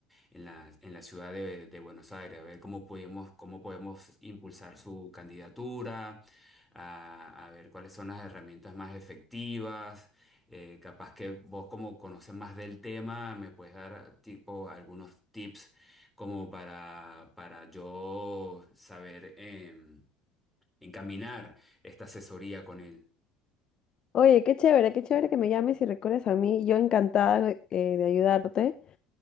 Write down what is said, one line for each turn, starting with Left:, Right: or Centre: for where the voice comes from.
Centre: en la, en la ciudad de, de Buenos Aires, a ver cómo podemos, cómo podemos impulsar su candidatura, a, a ver cuáles son las herramientas más efectivas. Eh, capaz que vos como conoces más del tema, me puedes dar tipo algunos tips como para, para yo saber em, encaminar esta asesoría con él.
Left: Oye, qué chévere, qué chévere que me llames y recuerdes a mí. Yo encantada eh, de ayudarte.